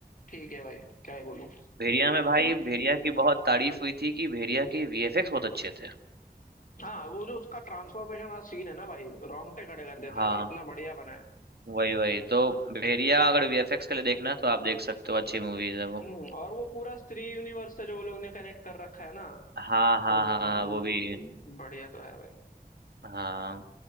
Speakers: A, on the left; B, on the right.
A: ठीक है भाई क्या ही बोलूं
B: भेड़िया में भाई
A: <laughs>
B: भेड़िया की बहुत तारीफ हुई थी कि भेड़िया के वीएफएक्स बहुत अच्छे थे
A: हाँ वो जो उसका ट्रांसफॉर्मेशन वाला सीन है ना भाई रोंगटे खड़े कर देता
B: हाँ
A: है भाई इतना बढ़िया बना है
B: वही वही तो भेड़िया अगर वीएफएक्स के लिए देखना है तो आप देख सकते हो अच्छी मूवीज है वो
A: हम्म, और वो पूरा स्त्री यूनिवर्स से जो वो लोग ने कनेक्ट कर रखा है ना
B: हाँ हाँ
A: तो
B: हाँ हाँ
A: हम्म,
B: वो भी है।
A: बढ़िया तो है भाई
B: हाँ